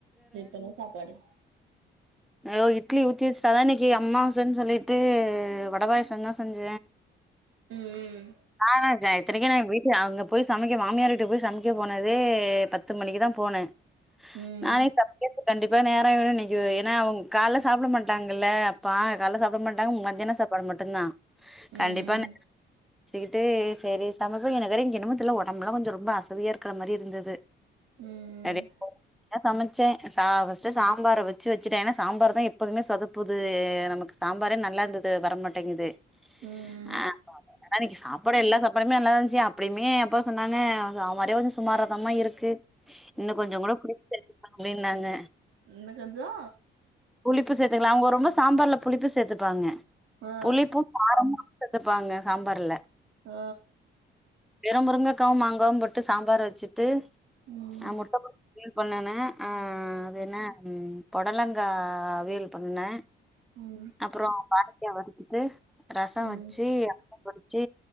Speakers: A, on the right (about 85°); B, in the centre.
A: இப்ப என்ன சாப்பாடு
B: யோ இட்லி ஊத்தி வச்ட் அதா இன்னைக்கி அம்மாவசன் சொல்லிட்டு வடபாயாச தா செஞ்ச
A: ம்
B: ஆ நா இத்தனைக்கு நா எங் வீ அங்க போய் சமைக்க மாமியார் வீட்டுக்கு போய் சமைக்க போனதே பத்து மணிக்கு தா போன
A: ம்
B: நானே சமைக்றத்கு கண்டிப்பா நேர வேணு இன்னைக்கிவ் எனா அவ்ங்க கால்ல சாப்ட மாட்டாங்கல்ல அப்பா கால சாப்பிட மாட்டாங்க மத்தியான சாப்டு மட்டுதா கண்டிப்பா
A: ம்
B: நெ சுக்கிட்டு செரி சமப எனக்கு வேற இங்க என்னன்னு தெரில ஒடம்புலா கொஞ்சோ ரொம்ப அசதியாருக்க மாரி இருந்துது
A: ம்
B: <unintelligible> சமச்சே சா ஃபஷ்ட் சாம்பார வச் சுட்டோ ஏன்னா சாம்பார் தா எப்போதுமே சொதுப்புது நமக்கு சாம்பாரே நல்லா இருந்தது வர மாட் டிங்குது
A: ம்
B: அ ஏனா இன்னிக்கு சாப்பாடு எல்லா சாப்பாடுமே நல்லா தா இருந்துச்சு அப்டியுமே அப்பா சொன்னாங்க அவ வரன்ஞ் சுமாராதாமா இருக்கு இன்னு கொஞ்சோ கூட புளிப் சேத்துருக்கலாமேன்னாங்க
A: இன்னு கொஞ்சோ
B: புளிப்பு சேத்துக்கலா அவ்ங்க ரொம்ப சாம்பார்ல புளிப்பு சேத்துப்பாங்க
A: ஆ
B: புளிப்பு காரமு சேத்துப்பாங்க சாம்பாருல
A: ஆ
B: வெறு முருங்கக்காவு மாங்காவு போட்டு சாம்பார் வச்சுட்டு
A: ம்
B: நா முட்ட போட்டு பொண்ணன ஆ அது என்ன பொடலங்கா அவியல் பன்னே
A: ம்
B: அப்புரோ கானத்யூ வதச்சிட்டு ரசோ
A: ம்
B: வச்சு படிச்சு